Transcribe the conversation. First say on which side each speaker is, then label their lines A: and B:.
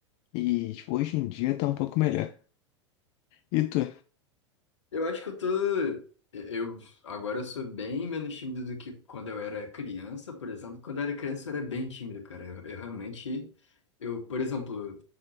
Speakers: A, on the left; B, on the left.
A: e tipo, hoje em dia tá um pouco melhor. E tu?
B: Eu acho que eu tô. Eu agora eu sou bem menos tímido do que quando eu era criança, por exemplo. Quando eu era criança eu era bem tímido, cara. Eu, eu realmente, eu, por exemplo,